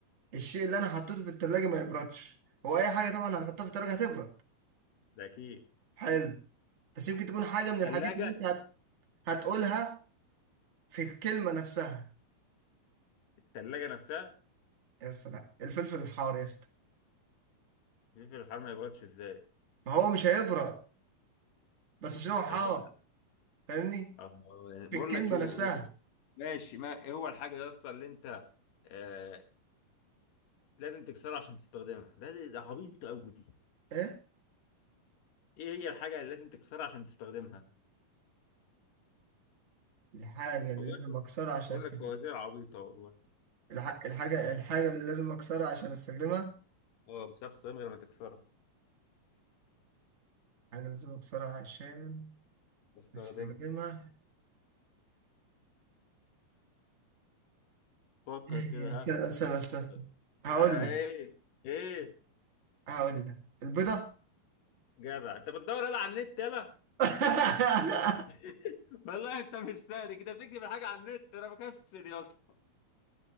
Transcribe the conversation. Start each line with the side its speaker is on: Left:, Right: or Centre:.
Right: الشيء اللي أنا حطيته في التلاجة ما يبردش هو أي حاجة طبعا هنحطها في التلاجة هتبرد
Left: ده أكيد
Right: حلو بس يمكن تكون حاجة من الحاجات
Left: التلاجة
Right: اللي أنت هت... هتقولها في الكلمة نفسها
Left: التلاجة نفسها
Right: يا سلام الفلفل الحار يا اسطى
Left: الفلفل الحار ما يبردش إزاي
Right: ما هو مش هيبرد بس عشان هو حار
Left: هيفضل-
Right: فاهمني
Left: آه،
Right: في
Left: بقول
Right: الكلمة
Left: لك إيه
Right: نفسها
Left: إيه إيه؟ ماشي ما إيه هو الحاجة يا اسطى اللي أنت آه لازم تكسرها عشان تستخدمها ده ده ده عبيط أوي دي
Right: إيه
Left: إيه هي الحاجة اللي لازم تكسرها عشان تستخدمها
Right: الحاجة اللي
Left: والله
Right: لازم أكسرها عشان
Left: بقول
Right: أستخدمها
Left: لك فوازير عبيطة والله
Right: الح... الحاجة الحاجة اللي لازم أكسرها عشان أستخدمها
Left: اه مش هتعرف تستخدمها غير لما تكسرها
Right: حاجة لازم أكسرها عشان
Left: استخدمها
Right: أستخدمها
Left: فكر
Right: <laughs>
Left: كده
Right: بس
Left: ها
Right: بس بس
Left: فكر
Right: بس هقول
Left: آه
Right: لك
Left: ايه ايه
Right: هقول لك البيضة
Left: جدع انت بتدور يلا على النت يلا
Right: <laughs>
Left: <laughs> والله انت مش سهل كده بتكتب الحاجه على النت انا بكسل يا اسطى